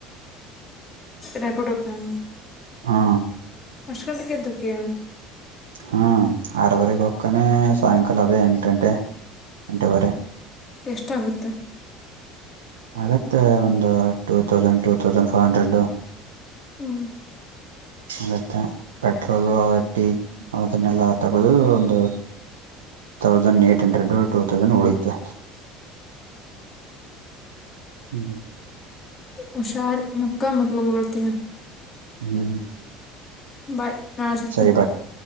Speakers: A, on the left; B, on the right.
A: ರೇಪಿಡ್ ಹೋಗ್ತಾನ
B: ಹಾ
A: ಅಷ್ಟು ಗಂಟೆಗೆ ಎದೋಕಿಯ
B: ಹ್ಮ ಆರುವರೆಗೆ ಕೊಕ್ಕನೆ ಸಾಯಂಕಾಲ ಅದೇ ಎಂಟ್ ಗಂಟೆ ಎಂಟುವರೆ
A: ಎಷ್ಟ ಆಗುತ್ತೆ?
B: ಆಗತ್ತೆ ಒಂದು ಟೂತೌಸಂಡ್ ಟುತೌಸಂಡ್ ಫೈವ್ ಹಂಡ್ರೆಡ್
A: ಹ್ಮ
B: ಮತ್ತೆ ಪೆಟ್ರೋಲು ಟೀ ಅದನ್ನೆಲ್ಲಾ ತಗೋದು ಒಂದು ತೌಸಂಡ್ ಏಟ್ ಹಂಡ್ರೆಡ್ ಟುತೌಸಂಡ್ ಉಳಿಯುತ್ತೆ ಹ್ಮ್
A: ಹುಷಾರ ಮಕ್ಕಾ ಮತ್ತ ಬೊಗಳ್ತಿನಾ
B: ಹ್ಮ್
A: ಬಾಯ್ ನಾಳೇ ಸಿಕ್ತೀನೀ.
B: ಸರಿ ಬಾಯ್